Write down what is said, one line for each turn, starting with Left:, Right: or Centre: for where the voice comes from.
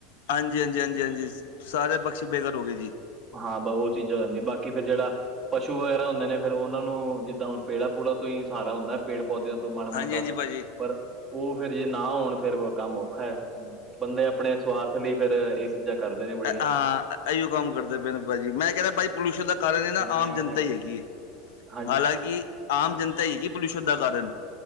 Left: ਹਾਂਜੀ, ਹਾਂਜੀ, ਹਾਂਜੀ, ਹਾਂਜੀ ਸਾਰੇ ਪਕਸ਼ੀ ਬੇਘਰ ਹੋ ਗੇ ਜੀ।
Centre: ਹਾਂ ਬ ਓ ਚੀਜ਼ਾਂ ਹੋ ਜਾਂਦੀਆਂ ਬਾਕੀ ਫਿਰ ਜੇੜਾ ਪਸ਼ੂ ਵਗੈਰਾ ਹੁੰਦੇ ਨੇ ਫਿਰ ਓਨਾਂ ਨੂੰ ਨੂੰ ਜਿੱਦਾਂ ਹੁਨ ਪੇੜਾ ਪੂੜਾ ਤੋਂ ਈ ਸਾਰਾ ਹੁੰਦਾ ਐ ਪੇੜ ਪੌਦਿਆਂ ਤੋਂ ਮਾੜਾ ਮੋਟਾ
Left: ਹਾਂਜੀ ਹਾਂਜੀ ਭਾਜੀ
Centre: ਪਰ ਓ ਫੇਰ ਜੇ ਨਾ ਹੋਨ ਫੇਰ ਕੰਮ ਔਖਾ ਐ, ਬੰਦੇ ਅਪਣੇ ਸਵਾਰਥ ਲਈ ਫੇਰ ਇੱਕ ਚੀਜ਼ਾਂ ਕਰਦੇ ਨੇ। ਬੜੀਆਂ
Left: ਐ ਆਂ ਅਈਓ ਕੰਮ ਕਰਦੇ ਪਏ ਨੇ ਭਾਜੀ ਮੈਂ ਕੈਂਦਾ ਭਾਜੀ ਪੋਲਿਊਸ਼ਨ ਦਾ ਕਾਰਨ ਈ ਨਾ
Centre: ਹਾਂ
Left: ਆਮ
Centre: ਐਵੇਂ
Left: ਜਨਤਾ
Centre: ਦਾ
Left: ਹੀ ਹੈਗੀ ਏ।
Centre: <inaudible>
Left: ਹਾਲਾਂਕਿ ਆਮ ਜਨਤਾ ਈ ਹੈਗੀ ਪੋਲਿਊਸ਼ਨ ਦਾ ਕਾਰਨ।